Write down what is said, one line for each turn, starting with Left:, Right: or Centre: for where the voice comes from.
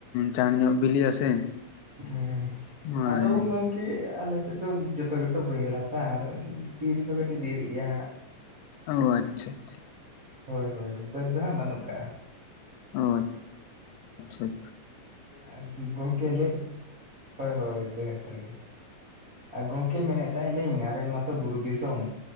Left: ᱪᱟᱸᱬ ᱧᱚᱜ ᱵᱤᱞᱤ ᱟᱥᱮ᱾
Right: ᱦᱮᱸ
Left: ᱦᱳᱭ
Right: ᱟᱫᱚ ᱜᱚᱝᱠᱮ ᱜᱚᱝᱠᱮ ᱟᱞᱮᱥᱮᱫ ᱫᱚ ᱡᱚᱛᱚ ᱜᱮᱛᱚ ᱵᱟᱹᱭᱦᱟᱹᱲ ᱦᱟᱥᱟ ᱟᱫᱚ ᱫᱮᱤᱨᱤ ᱫᱚ ᱠᱟᱹᱴᱤᱡ ᱫᱮᱨᱤᱜ ᱜᱮᱭᱟ ᱦᱟᱸᱜ᱾
Left: ᱚᱻ ᱟᱪᱪᱷᱟᱻ ᱟᱪᱪᱷᱟᱻ᱾
Right: ᱦᱳᱭᱻ ᱦᱳᱭ ᱵᱟᱹᱫᱽ ᱫᱚᱦᱟᱸᱜ ᱵᱟᱹᱱᱩᱜ ᱠᱟᱜᱼᱟ᱾
Left: ᱚᱻ ᱟᱪᱪᱷᱟᱻ ᱟᱪᱪᱷᱟᱻ᱾
Right: ᱟᱨ ᱜᱚᱢᱠᱮ ᱞᱮ ᱦᱳᱭ ᱦᱳᱭ ᱵᱟᱹᱭᱦᱟᱹᱲ ᱠᱚᱨᱮ ᱜᱮ᱾ ᱟᱨ ᱜᱚᱝᱠᱮ ᱢᱮᱱᱮᱫ ᱛᱟᱦᱮᱸ ᱞᱤᱧ ᱟᱵᱮᱱ ᱢᱟᱛᱚ ᱵᱩᱨᱩ ᱫᱤᱥᱚᱢ